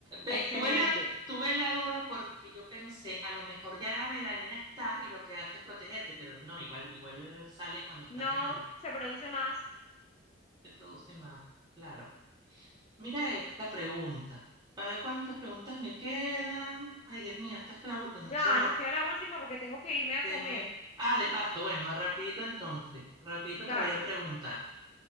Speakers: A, on the right (about 20°); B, on the left (about 30°).
A: Ve,
B: Excelente.
A: tuve la, tuve la duda porque yo pensé, a lo mejor ya la melanina está y lo que hace es protegerte, pero no, igual, igual sale cuando estás
B: No
A: en el,
B: se produce más.
A: se produce más, claro. Mira esta pregunta, para ver cuántas preguntas me quedan. Ay, Dios mío, esta es la última,
B: Ya,
A: qué horror.
B: nos queda la última porque tengo que irme a
A: Se
B: comer.
A: me- Ah, de paso, bueno, rapidito entonces, rapidito te
B: Dale.
A: voy a preguntar,